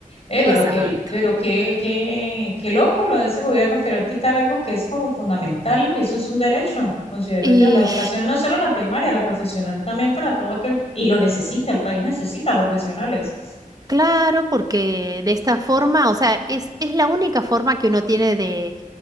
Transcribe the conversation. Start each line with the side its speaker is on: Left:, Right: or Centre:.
Left: Eh, pero
Right: Exacto.
Left: qué, pero qué, qué, qué loco lo de ese gobierno querer quitar algo que es como fundamental, ¿no? Y eso es un derecho, considero
Right: Y
Left: yo. La educación no solo la primaria, la profesional también para todo aquel, y lo necesita, el país necesita profesionales.
Right: claro, porque de esta forma, o sea, es, es la única forma que uno tiene de,